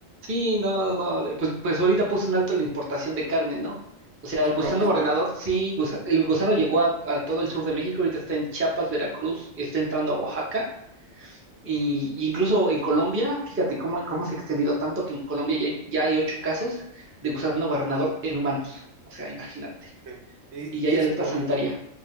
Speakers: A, on the right; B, on the right.
A: Sí, no, no, no. le- Pues, pues ahorita puso un alto en la importación de carne, ¿no? O sea,
B: Ah,
A: el
B: por
A: gusano
B: lo mismo.
A: barrenador, sí, gusa- el gusano llegó a, a todo el sur de México, ahorita está en Chiapas, Veracruz, está entrando a Oaxaca, y, y incluso en Colombia, fíjate cómo, cómo se ha extendido tanto que en Colombia ya hay, ya hay ocho casos de gusano barrenador en humanos. O sea, imagínate.
B: Ok. Y,
A: Y ya hay
B: y eso
A: alerta
B: por,
A: sanitaria.